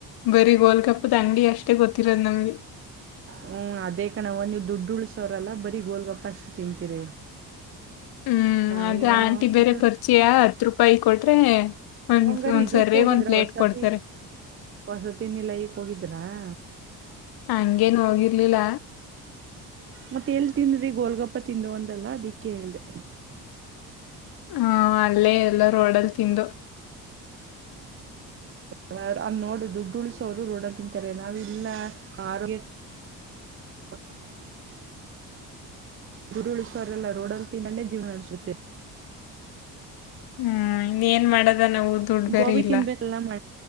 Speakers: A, on the left; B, on the right.
A: ಬರೀ ಗೋಲ್ ಕಪ್ದ ಅಂಡಿ ಅಷ್ಟೇ ಗೊತ್ತಿರದ ನಮ್ಗೆ
B: ಹ್ಮ ಅದ ಕಣ ನೀವು್ ದುಡ್ಡು ಉಳ್ಸ ಅವ್ರಲ್ಲಾ ಬರಿ ಗೋಲ್ಗಪ ಅಷ್ಟ ತಿಂತೀರಿ
A: ಹ್ಮ್
B: ನಾವ್
A: ಅದ
B: ಏನೋ
A: ಆಂಟಿ ಬೇರೆ
B: ಏನೋ
A: ಪರಿಚಯ ಹತ್ ರೂಪಾಯಿ ಕೊಟ್ರೆ ಒಂದ್
B: ಹಂಗರಿ
A: ಒಂದ್
B: ಇದಕ್
A: ಸರ್ಯಾಗ
B: ಹೋಗಿದ್ರ
A: ಒಂದ್ ಪ್ಲೇಟ್
B: ವಸತಿ
A: ಕೊಡ್ತಾರೆ
B: ವಸತಿನಲ ಈಕ್ ಹೋಗಿದ್ರ ಹಾ
A: ಹಂಗೇನು ಹೋಗಿರ್ಲಿಲ್ಲ
B: ಮತ್ತೆ ಎಲ್ ತಿಿಂದ್ರಿ ಗೋಲ್ಗಪ್ಪ ತಿಂದು ಒಂದಲ್ಲ ಅದಿಕ್ಕೆೇಳ್ದೆ
A: ಹ್ಮ ಅಲ್ಲೇ ಎಲ್ಲರ ಡಲ್ ತಿಂದು
B: ಹ್ಮ ಅಲ್ಲಿ ನೋಡು ದುಡ್ಡು ಉಳಸೋ ಅವರು ರೋಡನ್ ತಿಂತಾರೆ ನಾವ ಇಲ್ಲ ಆರೋಗ್ಯ ಹ ಗುಡಿ ಉಳಿಸ್ತವ್ರಲ್ಲ ರೋಡಲ್ ತೀಂಡ್ಣೇ ಜೀವನ ನಡೆಸಿುತ್ತೆ
A: ಹ್ಮ್ ಇ ಏನ್ ಮಾಡದ ನಾವು ದುಡ್ ಬೇರೆ
B: ಗೋಬಿ
A: ಇಲ್ಲ
B: ತಿನ್ಬೇಕಲ್ಲ ಮ